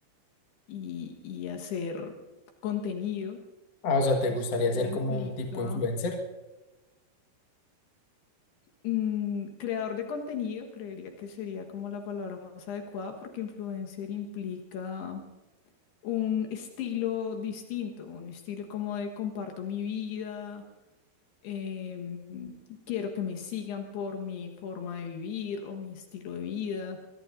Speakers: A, on the left; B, on the left.
A: y, y hacer contenido.
B: Ah, o sea, ¿te
A: Eso
B: gustaría ser
A: implica
B: como un tipo influencer?
A: mm, creador de contenido, creería que sería como la palabra más adecuada porque influencer implica un estilo distinto, un estilo como de comparto mi vida em, quiero que me sigan por mi forma de vivir o mi estilo de vida.